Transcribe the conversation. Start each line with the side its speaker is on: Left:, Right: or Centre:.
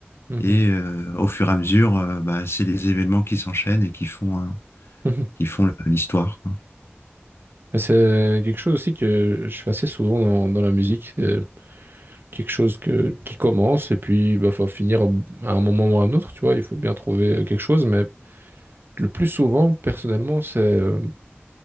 Right: mhm,
Left: Et euh, au fur et à mesure, euh, bah, c'est les événements qui s'enchaînent et qui font, un-
Right: mhm.
Left: qui font le- l'histoire, quoi.
Right: Mais c'est quelque chose aussi que je fais assez souvent dans, dans la musique. euh, quelque chose que, qui commence et puis il faut finir à un moment ou à un autre, tu vois, il faut bien trouver quelque chose, mais le plus souvent, personnellement, c'est euh,